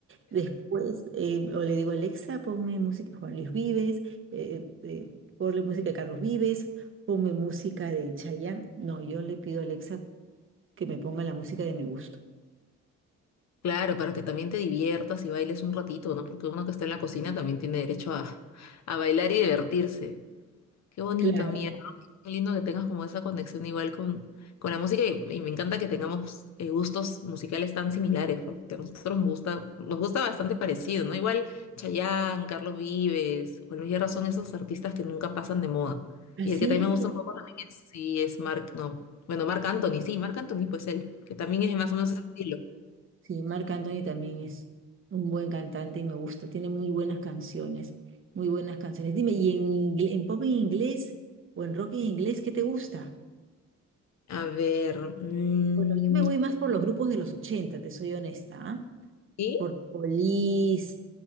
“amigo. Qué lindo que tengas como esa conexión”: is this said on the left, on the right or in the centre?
Left